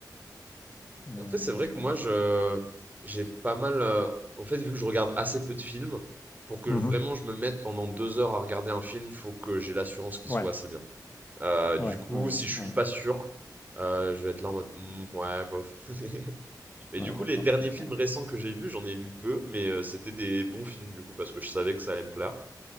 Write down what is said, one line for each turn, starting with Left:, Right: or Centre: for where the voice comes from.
Left: euh,
Right: En fait, c'est vrai que moi, je, j'ai pas mal. euh, en fait, vu que je regarde assez peu de films, pour que
Left: mhm.
Right: je- vraiment je me mette pendant deux heures à regarder un film, faut que j'ai l'assurance qu'il
Left: Ouais,
Right: soit assez bien. Euh, du
Left: ouais,
Right: coup,
Left: ouais, ouais,
Right: si je suis
Left: ouais,
Right: pas sûr, euh, je vais être là en mode Hmm, ouais, bof. <laughs> Mais
Left: Ouais,
Right: du coup,
Left: d'accord,
Right: les derniers
Left: je comprends.
Right: films récents que j'ai vus, j'en ai vu peu, mais euh, c'était des bons films du coup parce que je savais que ça allait me plaire.